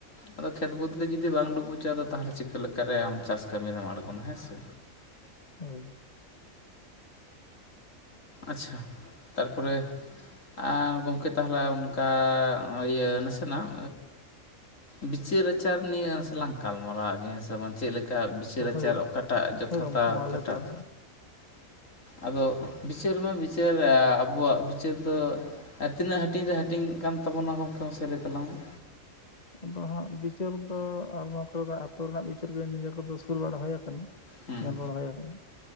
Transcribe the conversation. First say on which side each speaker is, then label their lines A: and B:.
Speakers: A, on the left; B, on the left.
A: ᱟᱫᱚ ᱠᱷᱮᱛ ᱵᱟᱹᱫᱽ ᱜᱮ ᱡᱩᱫᱤ ᱵᱟᱝ ᱰᱩᱵᱩᱡᱚᱜᱼᱟᱫᱚ ᱛᱟᱦᱚᱞᱮ ᱪᱤᱠᱟᱹ ᱞᱮᱠᱟᱨᱮ ᱟᱢ ᱪᱟᱥ ᱠᱟᱹᱢᱤ ᱨᱮᱢ ᱟᱬᱜᱚᱱᱟ ᱦᱮᱸ ᱥᱮ
B: ᱦᱳᱭ
A: ᱟᱪᱷᱟ ᱛᱟᱨᱯᱚᱨᱮ ᱟᱨ ᱜᱚᱢᱠᱮ ᱛᱟᱦᱚᱞᱮ ᱚᱱᱠᱟ ᱤᱭᱟᱹ ᱱᱟᱥᱮᱱᱟᱜ ᱵᱤᱪᱟᱹᱨ ᱟᱪᱟᱨ ᱱᱤᱭᱟᱹ ᱱᱟᱥᱮᱞᱟᱝ ᱜᱟᱞ ᱢᱟᱨᱟᱣ ᱣᱟᱜ ᱜᱤᱭᱟ ᱦᱮ ᱡᱮᱢᱚᱱ ᱪᱮᱫ ᱞᱮᱠᱟ ᱵᱤᱪᱟᱹᱨ
B: ᱟᱪᱪᱷᱟ
A: ᱟᱪᱟᱨ
B: ᱦᱳᱭ
A: ᱚᱠᱟᱴᱟᱜ ᱡᱚᱛᱷᱟᱛᱟ,
B: ᱦᱳᱭ ᱜᱚᱢᱠᱮ ᱢᱟ
A: ᱚᱠᱟᱴᱟᱜ
B: ᱞᱟᱹᱭ ᱛᱟᱞᱟᱝ ᱢᱮ
A: ᱟᱫᱚ ᱵᱤᱪᱟᱹᱨ ᱢᱟ ᱵᱤᱪᱟᱹᱨ ᱟᱵᱚᱣᱟᱜ ᱵᱤᱪᱟᱹᱨ ᱫᱚ ᱟᱨ ᱛᱤᱱᱟᱹᱜ ᱦᱟᱹᱴᱤᱧ ᱨᱮ ᱦᱟᱹᱴᱤᱧ ᱠᱟᱱ ᱛᱟᱵᱚᱱᱟ ᱜᱚᱢᱠᱮ ᱢᱟᱥᱮ ᱞᱟᱹᱭ ᱛᱟᱞᱟᱝ ᱢᱮ᱾
B: ᱟᱫᱚ ᱦᱟᱸᱜ ᱵᱤᱪᱟᱹᱨ ᱫᱚ ᱟᱨᱦᱚᱸ ᱟᱛᱳ ᱨᱮᱱᱟᱜ ᱵᱤᱪᱟᱹᱨ ᱜᱮ ᱱᱤᱡᱮ ᱠᱚᱫᱚ ᱥᱩᱨ ᱵᱟᱲᱟ ᱦᱩᱭᱠᱟᱱᱟ᱾
A: ᱦᱮᱸ
B: ᱧᱮᱞ ᱵᱟᱲᱟ ᱦᱩᱭ ᱠᱟᱱᱟ